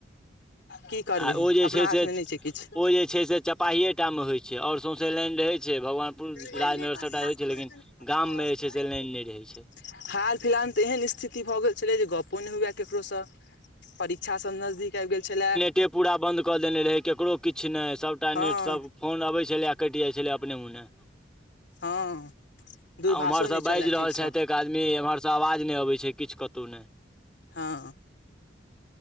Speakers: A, on the left (about 65°); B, in the centre.
A: की करबी
B: आ ओ जे
A: अपना
B: छै
A: हाथमे
B: से ओ
A: नहि छै किछ
B: जे छै से चपाहिए टा मे होइ छै आओर सौँसे लाइन रहै छै भगवानपुर
A: पहिल
B: राजनगर
A: करै
B: सभटा रहै
A: छैले
B: छै लेकिन गाममे जे छै से लाइन नहि रहै छै
A: <unintelligible> हाल फिलहालमे तऽ एहन स्थिति भऽ गेल छलै जे गपो नहि हुए ककरोसँ परीक्षा सब नजदीक आबि गेल छलै
B: टे पूरा बन्द कऽ देने रहै ककरो किछ नहि सबटा
A: हँ
B: नेट सब फोन अबै छलै आ कटि जाइ छलै अपने मुनहे
A: हँ दूरभाषो
B: आ ओम्हरसँ
A: नहि
B: बाजि
A: चलए
B: रहल
A: ठीकसँ
B: छथि एक आदमी एम्हरसँ आवाज नहि अबै छै किछ कतहु नहि
A: हँ